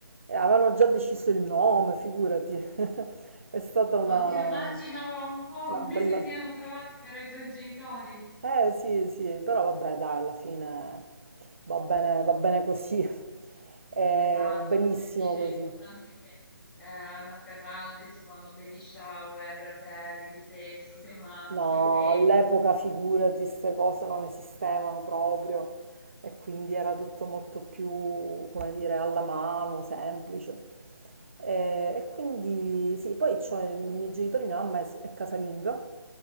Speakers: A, on the right (about 35°); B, in the centre.
A: Eh, avevano già deciso il nome, figurati. <laughs> È stata una
B: Oddio, immagino un po'
A: una
B: <laughs> come
A: bella...
B: si siano trovati però i tuoi genitori.
A: Eh sì, sì, però vabbè, dai, alla fine va bene, va bene così, <laughs> è
B: Esatto,
A: benissimo
B: poi come si dice,
A: così.
B: l'importante è che eh, nasca sano, adesso fanno baby shower per il sesso, se maschio
A: No,
B: o femmina.
A: all'epoca figurati, queste cose non esistevano proprio e quindi era tutto molto più, come dire, alla mano, semplice. E, e quindi sì, poi c'ho i miei genitori, mia mamma è, è casalinga,